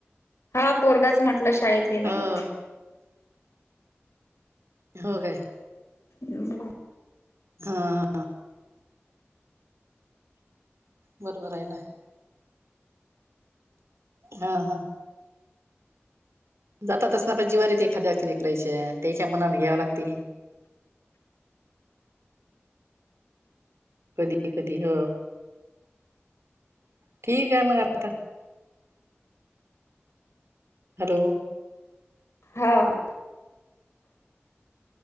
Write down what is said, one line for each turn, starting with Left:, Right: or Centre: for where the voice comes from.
Left: हा पोरगाच म्हटला शाळेत गेला
Right: हो
Left: काय.
Right: हो काय
Left: हम्म
Right: ह बरबर आहे ना. ह ह जातात अस ना प जिवारी ते एखाद्या लेकरायच्या. त्याच्या मनाने घ्याव लागते. कधी कधी, हो ठीक आहे मग आता. हॅलो
Left: हा हा